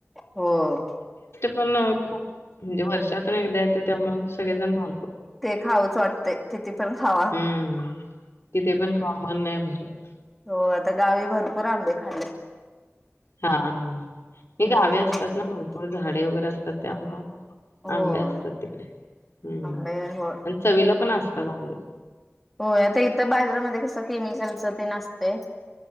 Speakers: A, in the centre; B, on the left.
A: हम
B: पण खूप म्हणजे वर्षातून एकदा येते त्यामुळे सगळेजण ब
A: ते खाऊच वाटते किती पण खावा
B: हं. तिथे पण कॉमन नाही भरत.
A: हो आता गावी भरपूर आंबे हले
B: हा हा ह
A: हम्म
B: गावे असतात ना भरपूर झाडे वगैरे असतात त्यामुं
A: होय
B: आंबे असतात तिकडे हम्म
A: आंबे होय
B: आणि चवीला पण असतात अगं मले
A: होय आता इथं बाजारामध्ये कसं केमिकलच तेन असतंय